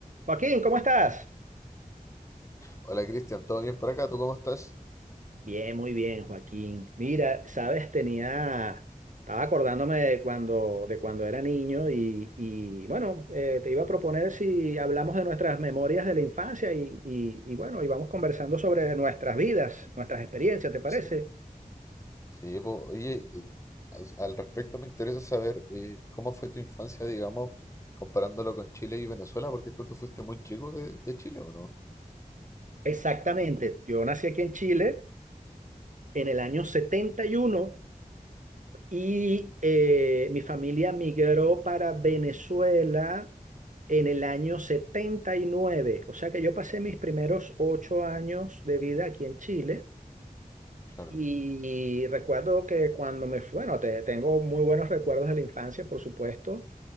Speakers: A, on the right; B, on the left.
A: Joaquín, ¿cómo estás?
B: Hola Cristian, ¿todo bien por acá? ¿Tú cómo estás?
A: Bien, muy bien, Joaquín. Mira, sabes, tenía, estaba acordándome de cuando, de cuando era niño y, y, bueno, eh, te iba a proponer si hablamos de nuestras memorias de la infancia y, y, y bueno, y vamos conversando sobre nuestras vidas, nuestras experiencias, ¿te parece?
B: Sí, sí, po. Oye, eh, as- al respecto me interesa saber eh, cómo fue tu infancia, digamos, comparándolo con Chile y Venezuela, porque tú te fuiste muy chico de, de Chile, ¿o no?
A: Exactamente. Yo nací aquí en Chile en el año 71. Y eh, mi familia migró para Venezuela en el año 79. O sea que yo pasé mis primeros ocho años de vida aquí en Chile.
B: Claro.
A: Y recuerdo que cuando me fui, bueno, te- tengo muy buenos recuerdos de la infancia, por supuesto.